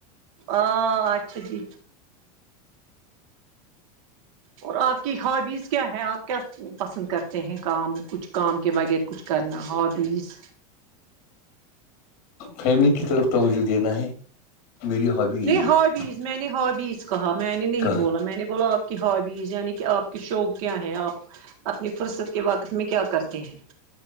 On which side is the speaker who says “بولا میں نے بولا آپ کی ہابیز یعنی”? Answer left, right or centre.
Right